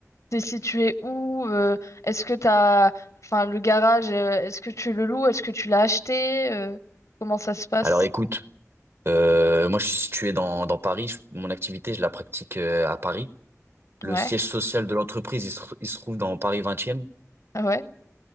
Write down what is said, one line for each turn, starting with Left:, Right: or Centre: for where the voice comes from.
Left: t'es situé où? euh, est-ce que t'as, enfin, le garage, euh, est-ce que tu le loues? Est-ce que tu l'as acheté? euh, comment ça se passe?
Right: Alors écoute, euh, moi je suis situé dans dans Paris. Je- mon activité je la pratique euh, à Paris. Le
Left: Ouais.
Right: siège social de l'entreprise il se, tr- il se trouve dans Paris 20e.
Left: Ah ouais.